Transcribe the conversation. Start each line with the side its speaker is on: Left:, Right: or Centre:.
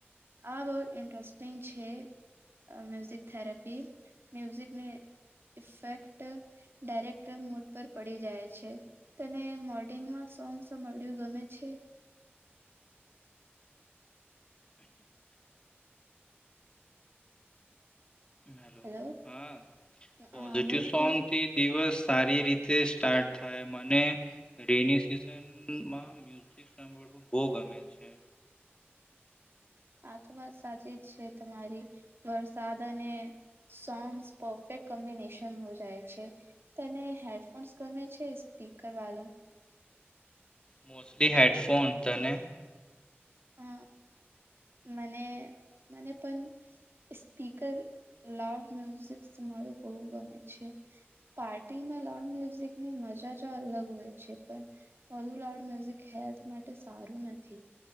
Right: આ બહુ ઇન્ટરેસ્ટિંગ છે. મ્યુઝિક થેરેપી મ્યુઝિકને ઇફેક્ટ ડાયરેક્ટ મૂડ પર પડી જાય છે. તને મોડિંગમાં સોંગ્સ સાંભળ્યું ગમે છે?
Left: હેલો
Right: હેલો
Left: હા પોઝિટિવ
Right: હા હું
Left: સોંગ
Right: પૂછ
Left: થી દિવસ સારી રીતે સ્ટાર્ટ મને રે ની સિઝન તેન માં મ્યુઝિક સાંભળવુ બહુ ગમે છે.
Right: હ આ તો વાત સાચી જ છે તમારી વરસાદ અને સોન્સ પરફેક્ટ કોમ્બિનેશનમાં હો જાય છે. તને હેડફોન્સ ગમે છે સ્પીકર વાલો?
Left: Mostly headphone. તને?
Right: હ મને મને પણ સ્પીકર લાઉડ મ્યુઝિકું સુનાવું બહુ ગમે છે. પાર્ટીમાં લાઉડ મ્યુઝિકની મજા જ અલગ હોય છે પણ બધુ લાઉડ મ્યુઝિક હેલ્થ માટે સારું નથી.